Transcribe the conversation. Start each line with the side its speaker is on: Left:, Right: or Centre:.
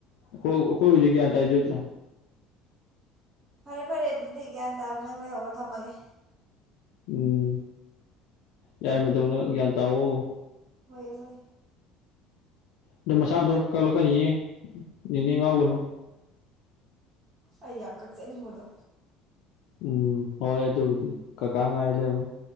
Left: ꯑꯈꯣ ꯑꯈꯣꯏ ꯍꯧꯖꯤꯛ ꯒꯌꯥꯟ ꯇꯥꯏꯖꯤ ꯎꯗ꯭ꯔꯣ
Right: ꯐꯔꯦ ꯐꯔꯦ ꯑꯗꯨꯗꯤ ꯒ꯭ꯌꯥꯟ ꯇꯥꯕ ꯅꯪ ꯂꯩꯍꯧꯔꯣ ꯊꯝꯃꯒꯦ
Left: ꯎꯝ ꯌꯥꯏꯃ ꯗꯧꯅ ꯒ꯭ꯌꯥꯟ ꯇꯥꯑꯣ
Right: ꯍꯣꯏ ꯍꯣꯏ
Left: ꯑꯗꯨꯝ ꯃꯁꯥꯅ ꯃꯗꯣꯝ ꯀꯛꯂꯛꯀꯅꯤꯑꯦ ꯅꯤꯅꯦ ꯉꯥꯎꯒꯅꯨ
Right: ꯑꯩ ꯌꯥꯝ ꯀꯛꯆꯅꯤꯡꯕꯗꯣ
Left: ꯎꯝ ꯍꯣꯏ ꯑꯗꯨ ꯑꯗꯨꯕꯨꯗꯤ ꯀꯀꯥ ꯉꯥꯏꯂꯩꯔꯃꯅꯤ